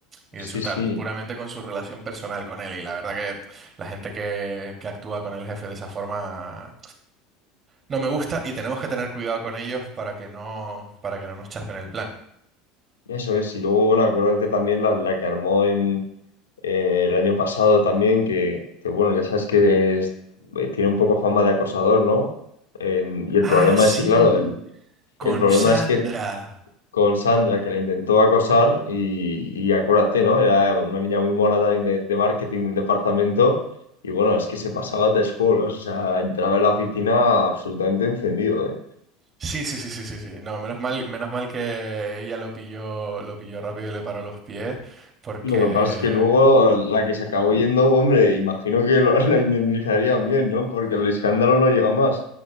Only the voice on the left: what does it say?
Sí,
sí,
eso es. Y luego, bueno, acuérdate también la, la que armó en eh, el año pasado también, que, que, bueno, ya sabes que es- eh, tiene un poco fama de acosador, ¿no? Em, y el
problema
es que, claro, el,
el problema
es que con Sandra, que la intentó acosar, y, y acuérdate, ¿no? Era una niña muy mona también de, de marketing del departamento, y bueno, es que se pasaba tres pueblos, o sea, entraba en la oficina absolutamente encendido, ¿eh?
Y lo que pasa es que luego la que se acabó yendo, hombre, imagino que lo- <laughs> la indemnizarían bien, ¿no? Porque el escándalo no llega más.